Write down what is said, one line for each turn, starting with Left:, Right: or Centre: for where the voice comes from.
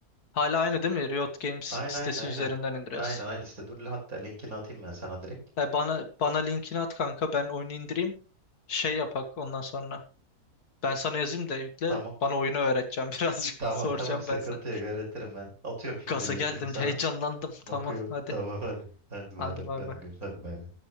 Left: Hala aynı değil mi? Riot Games
Right: Aynen
Left: sitesi
Right: aynen aynen.
Left: üzerinden indiriyoruz.
Right: Aynen aynısı da. Dur hatta linkini atayım ben sana direkt.
Left: Ya bana bana linkini at kanka ben oyunu indireyim. Şey yapak ondan sonra. Ben sana yazayım da yükle.
Right: Tamam.
Left: Bana oyunu öğreteceğim <laughs> birazcık.
Right: <laughs> Tamam
Left: Soracağım
Right: tamam sıkıntı
Left: ben sana.
Right: yok öğretirim ben. Atıyorum şimdi
Left: Gaza
Right: linkini
Left: geldim,
Right: sana.
Left: heyecanlandım.
Right: Bakıyorum.
Left: Tamam hadi.
Right: Tamam hadi. Hadi madem
Left: Hadi bay
Right: hadi,
Left: bay.
Right: görüş- hadi bay bay.